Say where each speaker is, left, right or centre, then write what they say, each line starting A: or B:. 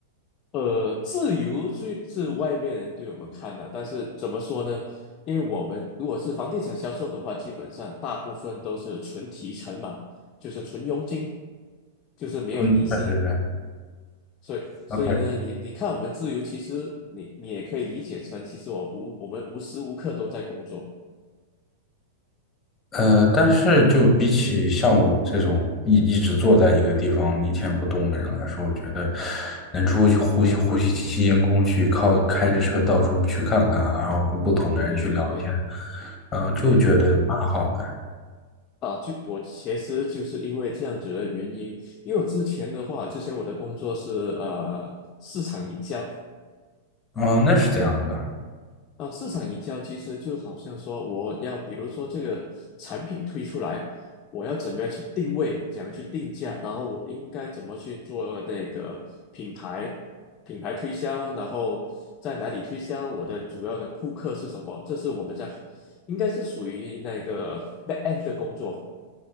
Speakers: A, on the left; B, on the left.
A: 呃，自由虽是外面人对我们看的，但是怎么说呢？因为我们如果是房地产销售的话，基本上大部分都是纯提成嘛，就是纯佣金，就是没有底薪。
B: 对对对
A: 所以，所以呢，
B: ，OK。
A: 你你看我们自由，其实你你也可以理解成，其实我无我们无时无刻都在工作。
B: 呃，但是就比起像我这种一一直坐在一个地方一天不动的人来说，我觉得能出去呼吸呼吸新鲜烟空气，靠开着车到处去看看，然后跟不同的人去聊天，
A: 对对对对对
B: 呃，就觉得蛮好的。
A: 对对对对。啊，就我其实就是因为这样子的原因，因为我之前的话，之前我的工作是呃市场营销，
B: 嗯、那是这样的。
A: 啊、市场营销其实就好像说我要比如说这个产品推出来，我要怎么样去定位，怎样去定价，然后我应该怎么去做那个品牌品牌推销，然后在哪里推销，我的主要的顾客是什么，这是我们在应该是属于那个 back end 的工作，